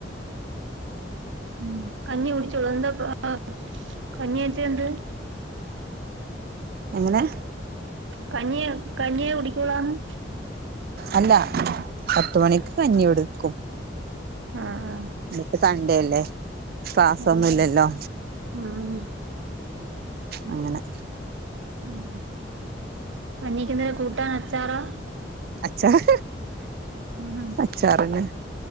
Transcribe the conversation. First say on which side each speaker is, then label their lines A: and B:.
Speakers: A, on the right (about 85°); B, on the right (about 55°).
A: ഉം കഞ്ഞി കുടിച്ചോളും എന്താപ്പ ആഹ് കഞ്ഞിച്ച എന്ത്
B: എങ്ങനെ
A: കഞ്ഞിയേ കഞ്ഞിയെ കുടിക്വോള്ളന്ന്
B: അല്ല പത്തുമണിക്ക് കഞ്ഞി കൊടുക്കും.
A: ആഹ് ആഹ്
B: ഇന്നിപ്പോ സൺഡേ അല്ലേ ക്ലാസൊന്നുവില്ലല്ലോ
A: ആഹ് ആഹ്
B: അങ്ങനെ
A: ഉം കഞ്ഞിക്കെന്നര കൂട്ടാൻ അച്ചാറാ
B: അച്ചാറ്
A: ഉം ഉം
B: അച്ചാറിന്